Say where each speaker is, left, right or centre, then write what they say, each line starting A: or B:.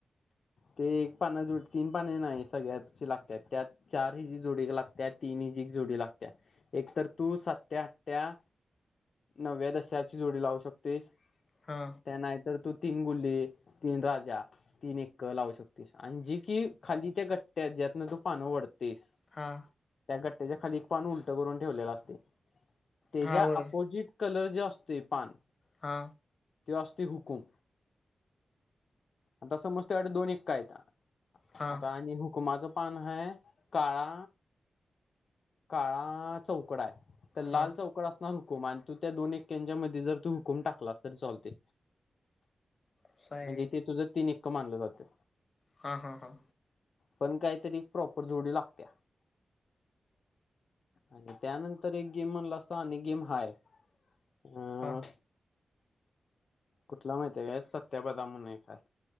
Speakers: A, on the left; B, on the left.
A: ते एक पाना जोडी तीन पाने नाही सगळ्याची लागत्यात त्यात चार हिजी जोडी एक लागत्या, तीन हिजी एक जोडी लागत्या. एकतर तू सत्या-आठ्या, नव्या-दशाची जोडी लावू शकतोयस
B: हा.
A: त्या नाहीतर तू तीन गुल्ले, तीन राजा, तीन एक क लावू शकतोयस आणि जी की खाली त्या गठ्ठ्या ज्यातन तू पानं वढतुयस
B: हा.
A: त्या गठ्ठ्याच्या खाली एक पान उलट करून ठेवलेलं असतंय. त्याच्या
B: हा व्हय
A: अपोजिट कलर जो असतोय पान
B: हा.
A: त्यो असतोय हूकुम. आता समज तुझ्याकडं दोन एक्का हाईत आता
B: हा
A: आणि हुक हुकमाच पान हाय. काळा काळा चौकडा आहे, तर लाल
B: हा
A: चौक कडं असणार हुकुम आणि तू त्या दोन एक्यांच्यामधी जर तू हुकूम टाकलास तरी चालतंय.
B: असं आहे.
A: म्हणजे ते तुझं तीन एक्क मानलं जातं.
B: हा, हा, हा.
A: पण काहीतरी प्रॉपर जोडी लागत्या. आणि त्यानंतर एक गेम म्हणला असता आणि गेम हाय अ
B: हा
A: कुठला माहिती आहे काय सत्यपदा म्हणून एक आहे,